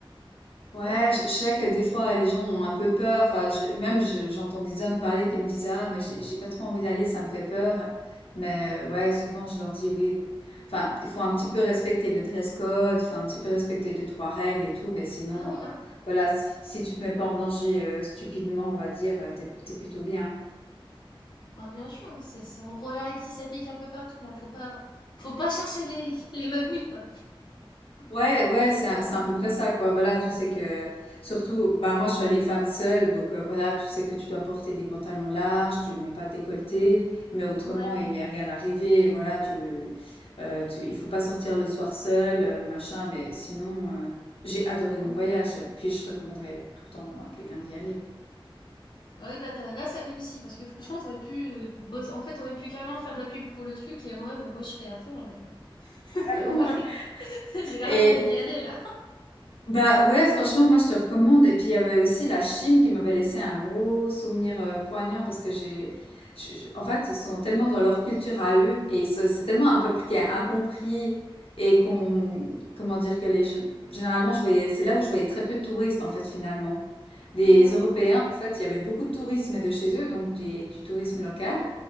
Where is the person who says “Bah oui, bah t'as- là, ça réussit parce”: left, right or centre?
Left